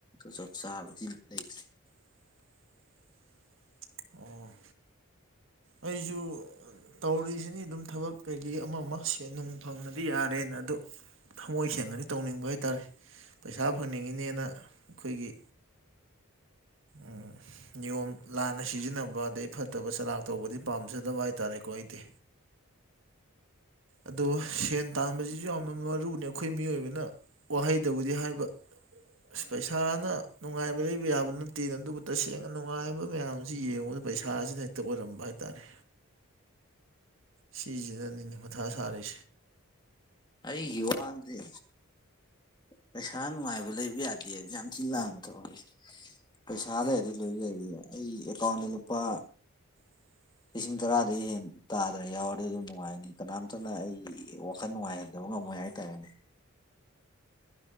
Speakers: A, on the left; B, on the right.
A: ꯆꯞ ꯆꯥꯕꯗꯤ ꯂꯩꯇ꯭ꯔꯦ
B: <unintelligible> ꯑꯣ ꯑꯩꯁꯨ ꯇꯧꯔꯤꯁꯤꯅꯤ ꯑꯗꯨꯝ ꯊꯕꯛ ꯀꯩꯀꯩ ꯑꯃ ꯑꯃ ꯁꯦꯟ ꯅꯨꯡ ꯐꯪꯉꯗꯤ ꯌꯥꯔꯦꯅ ꯑꯗꯨꯗ ꯊꯃꯣꯏ ꯁꯦꯡꯒꯅꯤ ꯇꯧꯅꯤꯡꯕ ꯍꯥꯏ ꯇꯔꯦ ꯄꯩꯁꯥ ꯐꯪꯅꯤꯡꯉꯤꯅꯦꯅ ꯑꯩꯈꯣꯏꯒꯤ ꯎꯝ ꯅꯤꯌꯣꯝ ꯂꯥꯟꯅ ꯁꯤꯖꯤꯟꯅꯕ ꯑꯗꯩ ꯐꯠꯇꯕ ꯆꯔꯥꯛ ꯇꯧꯕꯗꯤ ꯄꯥꯝꯖꯗꯕ ꯍꯥꯏ ꯇꯥꯔꯦꯀꯣ ꯑꯩꯗꯤ ꯑꯗꯣ ꯁꯦꯟ ꯇꯥꯟꯕꯁꯤꯁꯨ ꯌꯥꯝꯅ ꯃꯔꯨꯅꯤ ꯑꯩꯈꯣꯏ ꯃꯤꯑꯣꯏꯕꯅ ꯋꯥꯍꯩꯗꯕꯨꯗꯤ ꯍꯥꯏꯕ ꯑꯁ ꯄꯩꯁꯥꯅ ꯅꯨꯡꯉꯥꯏꯕ ꯂꯩꯕ ꯌꯥꯕ ꯅꯠꯇꯦꯅ ꯑꯗꯨꯕꯨ ꯇꯁꯦꯡꯅ ꯅꯨꯡꯉꯥꯏꯕ ꯃꯌꯥꯝꯁꯤ ꯌꯦꯡꯉ ꯑꯗꯨ ꯄꯩꯁꯥꯁꯤꯅ ꯍꯦꯛꯇ ꯑꯣꯏꯔꯝꯕ ꯍꯥꯏꯇꯥꯔꯦ ꯁꯤꯁꯤꯅꯅꯤ ꯀ ꯁꯔꯦ
A: ꯑꯩ ꯌꯨ ꯋꯥꯗꯤꯦ ꯄꯩꯁꯥ ꯅꯨꯡꯉꯥꯏꯕ ꯂꯩꯕ ꯌꯥꯗꯦ ꯌꯥꯝ ꯊꯤꯜ ꯂꯥꯡꯕ ꯊꯁꯦ ꯄꯩꯁꯥ ꯂꯩꯔꯗꯤ ꯂꯣꯏ ꯂꯩꯔꯤ ꯑꯩ ꯑꯦꯀꯥꯎꯟꯗ ꯂꯨꯄꯥ
B: <inaudible>
A: ꯂꯤꯁꯤꯡ ꯇꯔꯥꯗꯒꯤ ꯍꯦꯟ ꯇꯥꯗꯅ ꯌꯥꯎꯔꯗꯤ ꯑꯗꯨꯝ ꯅꯨꯡꯉꯥꯏꯅꯤ ꯀꯅꯥꯝꯇꯅ ꯑꯩ ꯋꯥꯈꯜ ꯅꯨꯡꯉꯥꯏꯍꯟ ꯑꯗꯨ ꯉꯃꯣꯏ ꯍꯥꯏꯇꯥꯔꯦꯅꯦ